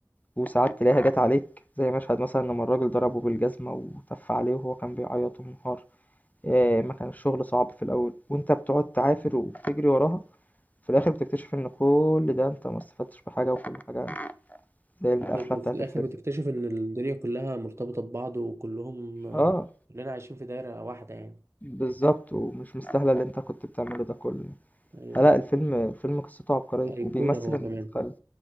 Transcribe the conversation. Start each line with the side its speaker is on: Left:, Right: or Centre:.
Left: وساعات تلاقيها جات عليك زي مشهد مثلا لما الراجل ضربه بالجزمة وتف عليه وهو كان بيعيط ومنهار آه، ما كان الشغل صعب في الأول وأنت بتقعد تعافر وبتجري وراها في الآخر بتكتشف إن كل ده أنت ما استفدتش بحاجة وكل حاجة زي القفلة
Right: برضو في
Left: بتاعة
Right: الآخر
Left: الفيلم
Right: بتكتشف إن الدنيا كلها مرتبطة ببعض وكلهم آه،
Left: اه
Right: كلنا عايشين في دايرة واحدة يعني
Left: بالظبط ومش مستاهلة اللي أنت كنت بتعمله ده كله يعني
Right: أيوة
Left: آه، لا الفيلم الفيلم قصته عبقرية
Right: أيقونة
Left: وبيمثل
Right: هو
Left: إن
Right: كمان
Left: خالد